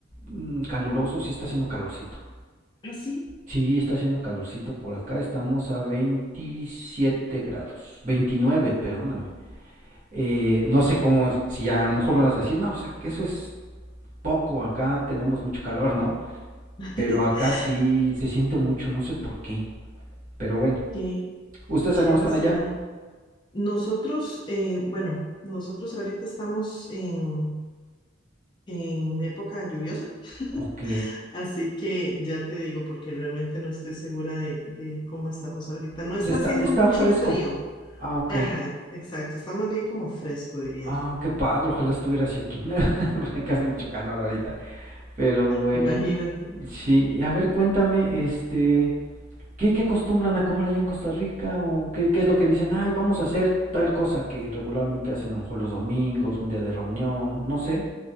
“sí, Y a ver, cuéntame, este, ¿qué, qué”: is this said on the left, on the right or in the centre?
Right